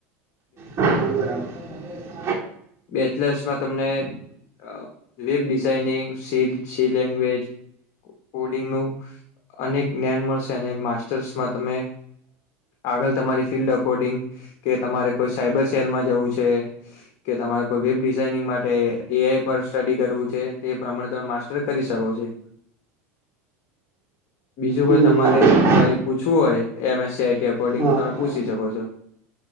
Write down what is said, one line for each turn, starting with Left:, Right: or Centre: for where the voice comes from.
Right: બ બરાબર
Left: બેચલર્સ માં તમને અ વેબ ડિઝાઈનિંગ સીલ સી લેંગ્વેજ કો કોડિંગ નું અનેક જ્ઞાન મળશે અને માસ્ટર્સમાં તમે આગલ તમારી ફિલ્ડ અકોર્ડિંગ કે તમારે કોઈ સાયબર સેલમાં જવું છે કે તમારે કોઈ વેબ ડિઝાઇનિંગ માટે એઆઈ પર સ્ટડી કરવું છે તે પ્રમાણે તમ માસ્ટર કરી શકો છો. બીજું કોઈ
Right: હમ
Left: તમારે
Right: હમ
Left: કઈ પૂછવું હોય M. S. C. IT according
Right: હા,
Left: તો તમે પૂછી શકો છો.